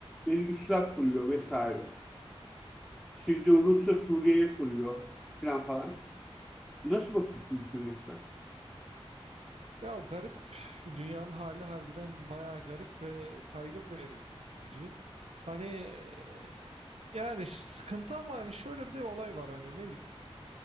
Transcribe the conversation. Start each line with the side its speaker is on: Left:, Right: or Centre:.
Centre: bir üsler kuruyor vesaire. İşte diyor Rusya Suriye'ye kuruyor falan falan. Nasıl bakıyorsun bütün resmen?
Right: Ya o garip dünyanın hali harbiden bayağı garip ve kaygı verici. Hani e, yani ş- sıkıntı ama hani şöyle bir de olay var hani ne bileyim.